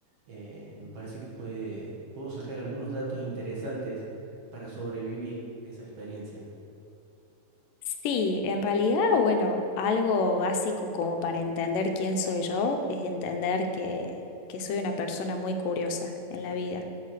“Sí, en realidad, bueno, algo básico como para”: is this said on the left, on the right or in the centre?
Left